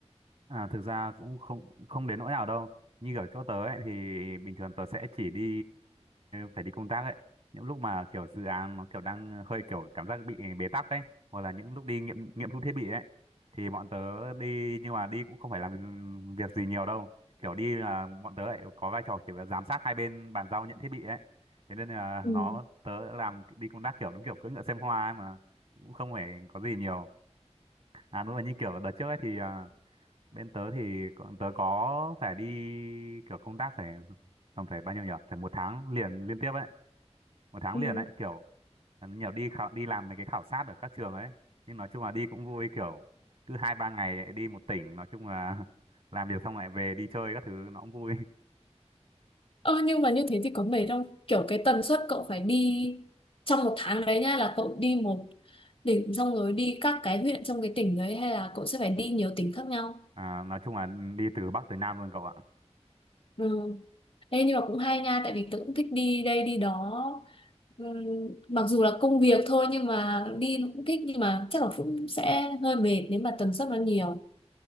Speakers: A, on the right; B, on the left.
A: À, thực ra cũng không không đến nỗi nào đâu. Như kiểu chỗ tớ ấy thì bình thường tớ sẽ chỉ đi phải đi công tác ấy. Những lúc mà kiểu dự án nó kiểu đang hơi kiểu cảm giác bị bế tắc ấy hoặc là những lúc đi nghiệm nghiệm thu thiết bị ấy thì bọn tớ đi nhưng mà đi cũng không phải làm việc gì nhiều đâu. Kiểu đi là bọn tớ lại có vai trò chỉ là giám sát hai bên bàn giao nhận thiết bị ấy. Thế nên là
B: Ừ.
A: nó tớ làm đi công tác kiểu đúng kiểu cưỡi ngựa xem hoa ấy mà cũng không phải có gì nhiều. À nữa là như kiểu đợt trước ấy thì à, bên tớ thì còn- tớ có phải đi kiểu công tác phải tầm phải bao nhiêu nhỉ phải một tháng liền liên tiếp ấy một tháng
B: Ừ.
A: liền ấy kiểu nhiều đi khảo đi làm mấy cái khảo sát ở các trường ấy nhưng nói chung là đi cũng vui kiểu cứ hai ba ngày lại đi một tỉnh nói chung là <laughs> làm việc xong lại về đi chơi các thứ nó cũng vui
B: Ờ, nhưng mà như thế thì có mệt không? Kiểu cái tần suất cậu phải đi trong một tháng đấy nhá là cậu đi một tỉnh xong rồi đi các cái huyện trong cái tỉnh đấy hay là cậu sẽ phải đi nhiều tỉnh khác nhau?
A: à, nói chung là đi từ Bắc tới Nam luôn cậu ạ
B: Ừ. Ê, nhưng mà cũng hay nha tại vì tớ cũng thích đi đây đi đó Ừm, mặc dù là công việc thôi nhưng mà đi nó cũng thích nhưng mà chắc là cũng sẽ hơi mệt nếu mà tần suất nó nhiều